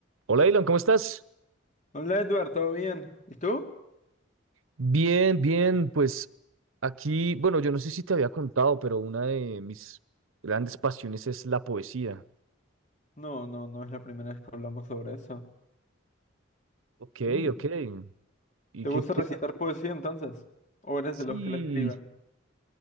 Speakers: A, on the right; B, on the left.
A: Hola, Ilan, ¿cómo estás?
B: Hola Edward, ¿todo bien? ¿Y tú?
A: Bien, bien, pues aquí, bueno, yo no sé si te había contado, pero una de mis grandes pasiones es la poesía.
B: No, no, no es la primera vez que hablamos sobre eso.
A: Ok,
B: Mm.
A: ok. ¿Y
B: ¿Te
A: qué?
B: gusta
A: qué-
B: recitar poesía entonces? ¿O eres
A: Sí,
B: de los que la escriben?